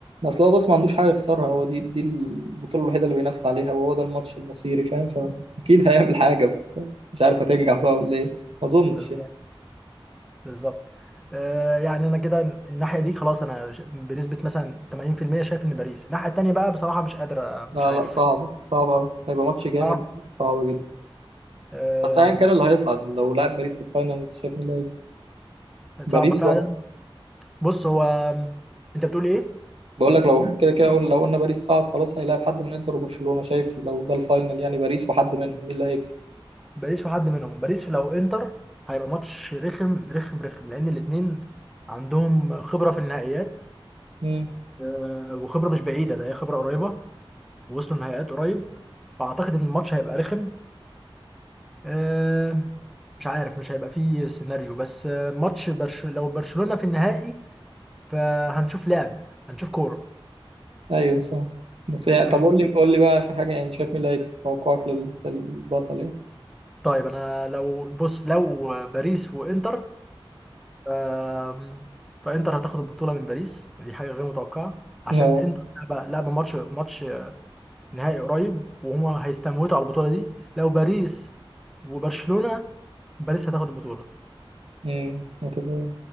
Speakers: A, on the right; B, in the centre.
A: اصل هو بس ما عندوش حاجه يخسرها هو دي دي البطوله الوحيده اللي بينافس عليها وهو ده الماتش المصيري فاهم فاكيد هيعمل حاجه بس مش عارف هتنجح بقى ولا ايه ما اظنش
B: بالظبط
A: يعني.
B: بالظبط آه يعني انا كده الناحية دي خلاص انا ش- بنسبة مثلا 80% شايف ان باريس الناحية التانية بقى بصراحة مش قادر
A: لا
B: مش عارف
A: لا صعبه صعبه قوي هيبقى ماتش جامد
B: صعب
A: صعب جدا
B: آه
A: بس ايا كان اللي هيصعد لو لعب باريس في الفاينل انت شايف مين اللي هيكسب باريس
B: صعب فعلا
A: ولا
B: بص هو انت بتقول ايه
A: بقول لك لو كده كده قلنا- لو قلنا باريس صعد خلاص هيلاعب حد من انتر وبرشلونه شايف لو ده الفاينل يعني باريس وحد منهم مين اللي هيكسب
B: باريس وحد منهم باريس لو انتر هيبقى ماتش رخم رخم رخم لان الاتنين عندهم خبرة في النهائيات
A: امم
B: آه، وخبرة مش بعيدة ده هي خبرة قريبة ووصلوا النهائيات قريب فاعتقد ان الماتش هيبقى رخم آه، مش عارف مش هيبقى فيه سيناريو بس آه، ماتش برش... لو برشلونة في النهائي فهنشوف لعب هنشوف كورة
A: ايوه صح بس يعني
B: فاهمني
A: طب قول لي قول لي بقى اخر حاجه يعني شايف مين اللي هيكسب توقعك لل- للبطل يعني
B: طيب انا لو بص لو باريس وانتر آم، فانتر هتاخد البطوله من باريس ودي حاجه غير متوقعه عشان
A: امم
B: انتر لعبه لعبه ماتش ماتش نهائي قريب وهما هيستموتوا على البطوله دي لو باريس وبرشلونه باريس هتاخد البطوله
A: امم اعتبر